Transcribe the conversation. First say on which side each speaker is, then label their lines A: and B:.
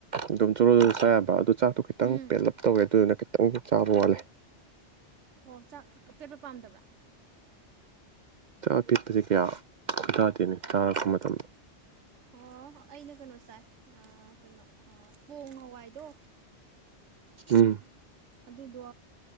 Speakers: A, on the right (about 55°); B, on the right (about 75°).
A: ꯑꯗꯨꯝ ꯆꯨꯔꯣꯜꯗꯨꯁꯨ ꯆꯥꯕ ꯑꯗꯨ ꯆꯥꯛꯇꯣ ꯈꯤꯇꯪ
B: ꯎꯝ
A: ꯄꯦꯂꯞ ꯇꯧꯋꯦ ꯑꯗꯨꯗꯨꯅꯪ ꯈꯤꯇꯪ ꯆꯥꯕ ꯋꯥꯠꯂꯦ
B: ꯑꯣꯛ ꯆꯥꯛ ꯄꯦꯠꯄ ꯄꯥꯝꯗꯕ꯭ꯔꯥ
A: ꯆꯛ ꯑꯄꯤꯛꯄꯁꯦ ꯀꯌꯥ ꯆꯥꯗꯦꯅꯦ ꯇꯥꯔꯛꯄ ꯃꯇꯝꯗ
B: ꯑꯣ ꯑꯩꯅ ꯀꯩꯅꯣ ꯆꯥꯏ ꯀꯩꯅꯣ ꯑ ꯄꯣꯡ ꯍꯋꯥꯏꯗꯣ
A: ꯎꯝ
B: ꯑꯗꯨꯗꯣ